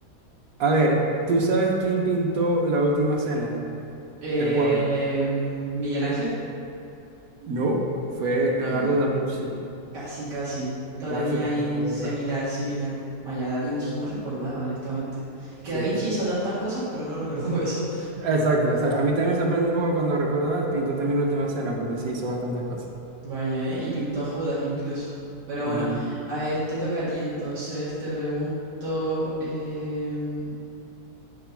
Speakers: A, on the right; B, on the right.
A: A ver, ¿tú sabes quién pintó La Última Cena?
B: Eh,
A: El cuadro.
B: Miguel Ángel,
A: No. Fue Leonardo
B: em,
A: da Vinci.
B: casi, casi. Lo
A: Casi,
B: tenía
A: casi,
B: ahí
A: por ahí
B: similar,
A: está.
B: similar. Vaya, Da Vinci, no
A: Bueno,
B: recordaba, honestamente. Es
A: sí,
B: que Da Vinci
A: sí.
B: hizo tantas cosas, pero no recordaba <laughs> eso.
A: Exacto, o sea, a mí también me sorprende un poco cuando recuerdo, ah, pintó también La Última Cena, porque sí hizo bastantes cosas.
B: Vaya, ¿eh? Y pintó a Judas incluso. Pero
A: Ujú.
B: bueno, a ver, te toca a ti entonces, te pregunto... em,